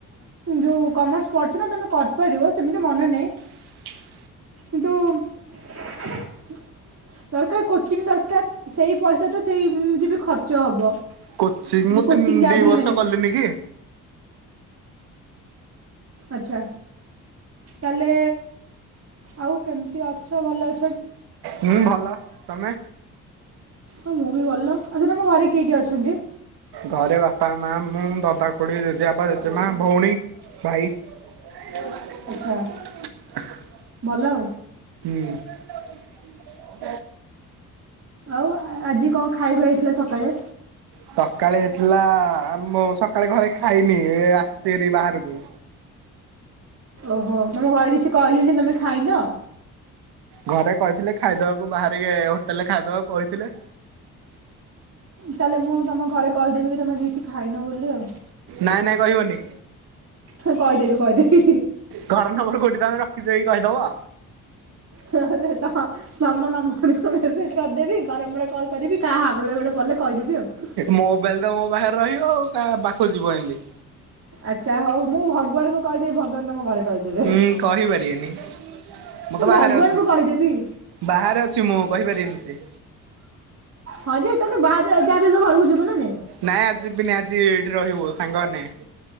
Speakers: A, on the right; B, on the right.
A: ଯୋଉ କମର୍ସ ପଢ଼ିଛନା, ତମେ କରିପାରିବ, ସେମିତି ମାନେ ନାହିଁ।
B: <unintelligible>
A: କିନ୍ତୁ ଉ ଦରକାର କୋଚିଂ ଦରକାର, ସେଇ ପଇସା ତ ସେଇ ଏମିତି ବି ଖର୍ଚ୍ଚ ହବ।
B: କୋଚି
A: ଯେ
B: ମୁଁ
A: କୋଚିଂ
B: ତିନି
A: ଯାହା
B: ଦି
A: ବି ହେଲେ
B: ବର୍ଷ
A: ନେଲେ
B: ଗଲିନି କି?
A: ଆଛା ତାହେଲେ ଆଉ କେମିତି ଅଛ? ଭଲ ଅ
B: ହୁଁ ଭଲ ତମେ
A: ହଁ ମୁଁ ବି ଭଲ, ଆଛା ତମ ଘରେ କିଏ କିଏ ଅଛନ୍ତି?
B: ଘରେ ବାପା ମା, ମୁଁ, ଦଦା, ଖୁଡି, ଜେଜେବାପା, ଜେଜେମା, ଭଉଣୀ, ଭାଇ <unintelligible>
A: ଆଚ୍ଛା ଭଲ ଆଉ
B: ହୁଁ ଉଁ
A: ଆଉ ଆଜି କଣ ଖାଇବା ହେଇଥିଲା ସକାଳେ।
B: ସକାଳେ ହେଇଥିଲା ଆମ ସକାଳେ ଘରେ ଖାଇନି ଆସିବରି ବାହାରକୁ
A: ଓହୋ, ତମ ଘରେ କିଛି କହିଲେନି, ତମେ ଖାଇନ?
B: ଘରେ କହିଥିଲେ ଖାଇଦବାକୁ, ବାହାରିକି ହୋଟେଲରେ ଖାଇଦବାକୁ କହିଥିଲେ।
A: ତାହେଲେ ମୁଁ ତମ ଘରେ କହିଦେବି କି ତମେ କିଛି ଖାଇନ ବୋଲି ଆଉ
B: ନାଇଁ ନାଇଁ କହିବନି।
A: ହଁ କହିଦେବି କହିଦେବି।
B: ଘର ନବର କୋଉଠି ତମେ ରଖିଛକି, କହିଦବ
A: <unintelligible> ନମ୍ବର ନମ୍ବରକୁ ମେସେଜ କରିଦବି ବାର କଲ କରିବି, କାହା ହାବୁଡରେ ଗୋଟେ ପଡ଼ିଲେ କହିଦେବି ଆଉ
B: ମୋବାଇଲ ତ ମୋ ପାଖରେ ରହିବ ଆଉ ପାଖକୁ ଯିବ ଏମିତି
A: ଆଛା ହଉ, ମୁଁ ଭଗବାନଙ୍କୁ କହିଦେବି, ଭଗବାନ ତମ ଘରେ କହିଦେବେ।
B: ହୁଁ କହିପାରିବେନି ମୁଁ ତ ବାହାରେ
A: ଭଗବାନଙ୍କୁ
B: ଅଛି,
A: କହିଦେବି।
B: ବାହାରେ ଅଛି ମୁଁ, କହିପାରିବିନି ସେ
A: ହଁ ଯେ ତମେ ବାହାରେ ଯାହାବି ହେଲେ ତ ଘରକୁ ଯିବ ନା ନାଇ।
B: ନାଇଁ ଆଜି ଯିବିନି ଆଜି, ଏଇଠି ରହିବୁ ସାଙ୍ଗମାନେ।